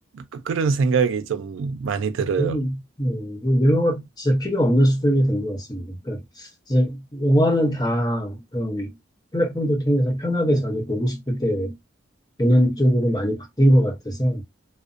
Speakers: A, on the right; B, on the left.
A: 그- 그런 생각이 좀 많이 들어요.
B: 거의, 예, 뭐 영화가 진짜 필요 없는 수준이 된 것 같습니다. 그러니까 이제 영화는 다 그런 플랫폼도 통해서 편하게 자기 보고 싶을 때 그런 쪽으로 많이 바뀐 것 같아서